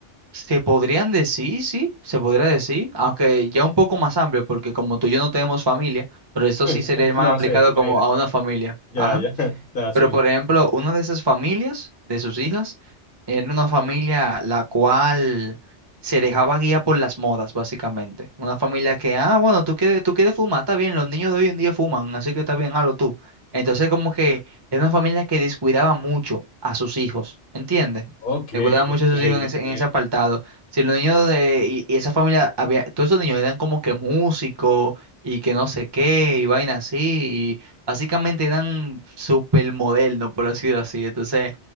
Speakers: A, on the right (about 25°); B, on the left (about 50°).
A: Se podrían decir, sí, se podría decir, aunque ya un poco más amplio, porque como tú y yo no tenemos familia, pero eso
B: <laughs>
A: sí sería más
B: No
A: aplicado
B: sé, vaya,
A: como a una familia.
B: ya,
A: Ajá.
B: ya, <laughs> está así.
A: Pero, por ejemplo, una de esas familias, de sus hijas, era una familia la cual se dejaba guía por las modas, básicamente. Una familia que, ah, bueno, tú quieres, tú quieres fumar, está bien, los niños de hoy en día fuman, así que está bien, hazlo tú. Entonces, como que era una familia que descuidaba mucho a sus hijos, ¿entiendes?
B: Ok,
A: Descuidaba mucho
B: ok,
A: a sus hijos en
B: ok.
A: ese, en ese apartado. Si los niños de, y, y esa familia, había, todos esos niños eran como que músicos y que no sé qué, y vaina así, básicamente eran supermodernos, por decirlo así. Entonces,